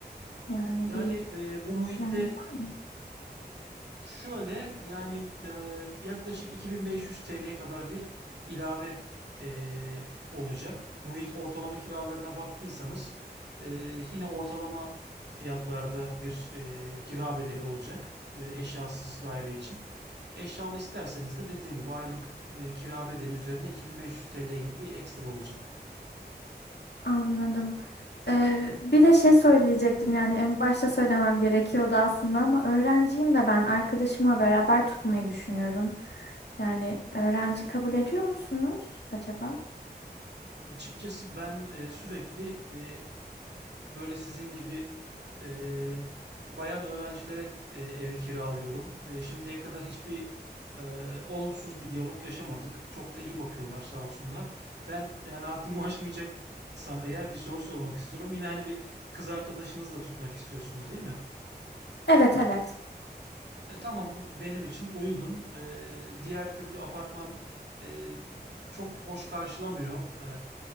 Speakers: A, on the left (about 80°); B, on the right (about 80°).
A: Yani
B: Yani
A: bir
B: e, bu muhitte
A: yanınız var mı?
B: Şöyle yani e, yaklaşık 2500 TL'ye kadar bir ilave e, olacak. Muhit ortalama kiralarına baktıysanız e, yine ortalama fiyatlarda bir e, kira bedeli olacak e, eşyasız daire için. Eşyalı isterseniz de dediğim gibi aylık e, kira bedeli üzerine 2500 TL gibi bir ekstra olacak.
A: Anladım. Ee, bir de şey söyleyecektim yani en başta söylemem gerekiyordu aslında ama öğrenciyim de ben arkadaşımla beraber tutmayı düşünüyorum. Yani öğrenci kabul ediyor musunuz acaba?
B: Açıkçası ben e, sürekli e, böyle sizin gibi e, bayan öğrencilere e, evi kiralıyorum. Ve şimdiye kadar hiçbir e, olumsuz bir diyalog yaşamadık. Çok da iyi bakıyorlar sağ olsunlar. Ben yani haddimi <laughs> aşmayacaksam eğer bir soru sormak istiyorum. Yine hani bir kız arkadaşınız da tutmak istiyorsunuz değil mi?
A: Evet evet
B: E, tamam bu benim için uygun. E, diğer türlü apartman e, çok hoş karşılamıyor e,